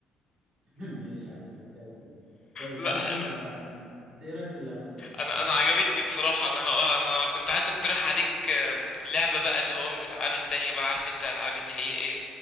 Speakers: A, on the right (about 55°); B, on the left (about 40°).
A: <laughs> ماشي يا عبد الفتاح السيسي طيب
B: <laughs> لا
A: بص
B: حلو
A: انت انا انت ايه رايك في اللعبه طيب
B: انا انا عجبتني بصراحه انا هق- انا كنت عايز اقترح عليك آم، لعبه بقى اللي هو من الالعاب التانية بقى عارف انت العاب اللي هي ايه